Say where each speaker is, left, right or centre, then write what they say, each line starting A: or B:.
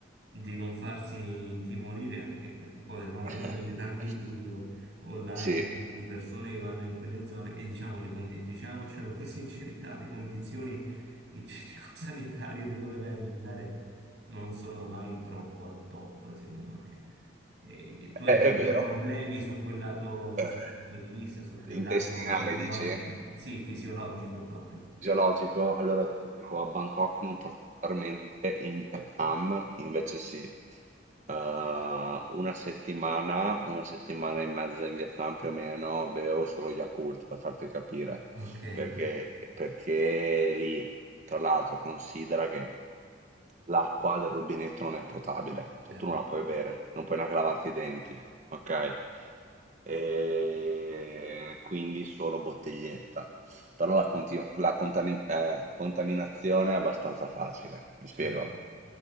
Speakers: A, on the right; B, on the right.
A: di non farsi intimorire anche perché poi no, uno
B: <laughs>
A: vede tanti video online
B: Sì,
A: di persone che vanno in quelle zone e diciamo le condi- diciamocelo con <laughs> sincerità, le condizioni igienico-sanitarie di dove vai a mangiare non sono mai troppo al top, secondo me. E tu hai
B: è è
A: avuto
B: vero.
A: problemi su quel lato, su
B: Ehm,
A: quel punto di vista, su quel lato
B: intestinale
A: fisiologico?
B: dici?
A: Sì, fisiologico proprio.
B: Geologico? Allora ti dico, a Bangkok non particolarmente, in Vietnam invece sì. Eh, una settimana, una settimana e mezza in Vietnam più o meno, bevevo solo Yakult per farti capire,
A: Ok,
B: perché, perché lì, tra l'altro, considera che L'acqua del rubinetto non è potabile,
A: certo,
B: cioè tu non la puoi bere, non puoi neanche lavarti i denti, ok? E quindi solo bottiglietta. Però la, conti- la contami- eh, contaminazione è abbastanza facile, mi
A: certo.
B: spiego?